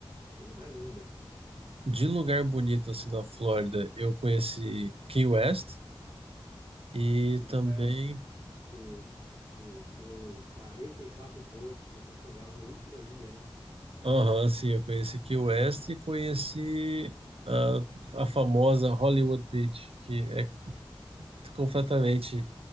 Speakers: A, on the right; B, on the right.
A: Coisa mais linda.
B: De lugar bonito, assim, na Flórida, eu conheci Key West e
A: Key
B: também...
A: West, sim, sim, são 44 pontes até chegar na última ilha, né?
B: Aham, sim, eu conheci Key West e conheci a, a famosa Hollywood Beach, que é completamente